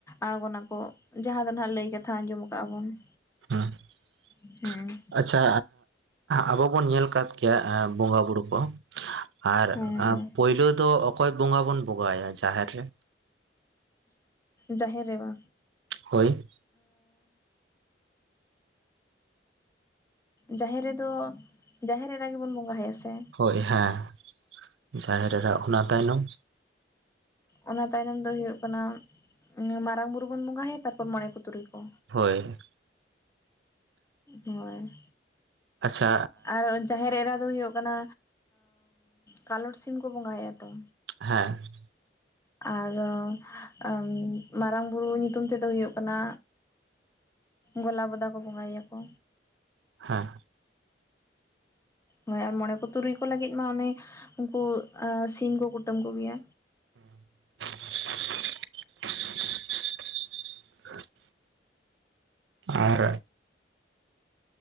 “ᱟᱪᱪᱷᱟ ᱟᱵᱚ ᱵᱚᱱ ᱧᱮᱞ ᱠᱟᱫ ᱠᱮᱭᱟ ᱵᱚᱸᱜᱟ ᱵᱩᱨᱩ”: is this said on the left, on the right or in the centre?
Right